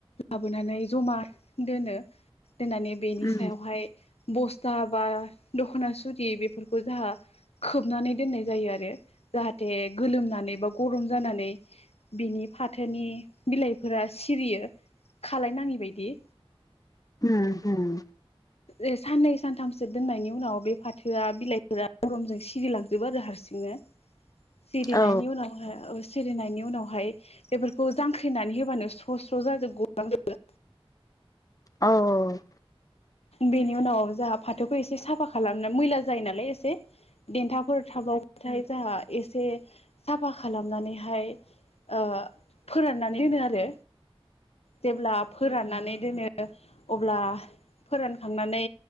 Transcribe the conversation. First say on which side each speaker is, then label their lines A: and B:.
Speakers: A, on the left (about 85°); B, on the left (about 35°).
A: लाबोनानै जमा दोनो दोननानै बेनि
B: उम
A: सायावहाय बस्था बा दख'ना सुरि बेफोरखौ जाहा खोबनानै दोननाय जायो आरो जाहाथे गोलोमनानै बा गरम जानानै बिनि फाथोनि बिलाइफोरा सिरियो खालायनाङि बायदि
B: उम उम
A: ए साननै सानथामसो दोननायनि उनाव बे फाथोआ बिलाइफोरा गरमजों सिरिलांजोबो आरो हारसिं नो सिरिनायनि
B: औ
A: उनाव हाय ओ सिरिनायनि उनावहाय बेफोरखौ जांख्रिनानै होबानो स्र' स्र' जाजोब गलांजोबो
B: औ
A: बेनि उनाव जोंहा फाथोखौ एसे साफा खालामनो मैला जायो नालाय एसे देन्थाफोर थाबावाथाय जोंहा एसे साफा खालामनानैहाय ओ फोराननानै होनो आरो जेब्ला फोराननानै दोनो ओ अब्ला फोरानखांनानै